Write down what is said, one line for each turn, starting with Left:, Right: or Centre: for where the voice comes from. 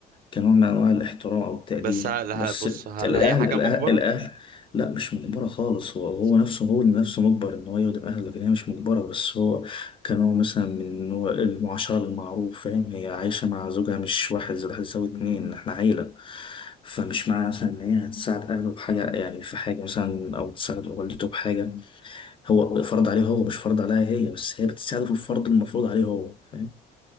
Left: كنوع من أنواع الاحترام أو التقدير
Right: بس هل هل-
Left: بس
Right: بص هل
Left: الأهل
Right: هي حاجه
Left: الأهل,
Right: مجبره
Left: الأهل لا مش مجبرة خالص هو هو
Right: خلاص.
Left: نفسه هو اللي نفسه مجبر إن هو يخدم أهله لكن هي مش مجبرة بس هو كان هو مثلا من نوع المعاشرة بالمعروف فاهم هي عايشة مع زوجها مش واحد زائد واحد يساوي اتنين احنا عيلة فمش معنى مثلا إن هي هتساعد أهله بحاجة يعني في حاجة مثلا أو تساعد والدته بحاجة هو فرض عليه هو مش فرض عليها هي بس هي بتساعده في الفرض المفروض عليه هو فاهم